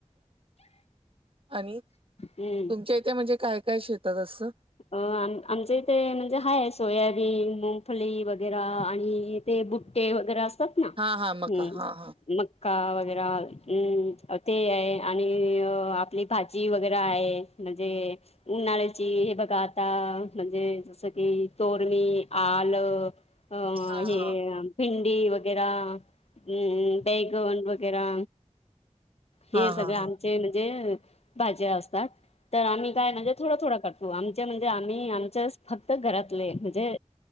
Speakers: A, on the right (about 45°); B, on the left (about 60°).
A: आणि
B: हम्म
A: तुमच्या इथे म्हणजे काय काय शेतात असं
B: अ आम आमच इथे म्हणजे हाय सोयाबीन मुगफली वगैरे आणि ते बुट्टे वगैरे असतात ना
A: हा हा मका
B: हम्म
A: हा हा
B: मक्का वगैर अम् ते आणि आपली भाजी वगैरे आहे म्हणजे उन्हाळ्याची हे बघ गाता म्हणजे जसं कि तोरणी आलं अ
A: हा
B: हे
A: हा
B: भिंडी वगैरा बैगन वैगेरा हे
A: हा
B: सगळ
A: हा
B: आमचे
A: हा
B: म्हणजे भाज्या असतात तर आम्ही काय म्हणजे हो आमच्या म्हणजे आम्ही आमच्या फक्त घरातले म्हणजे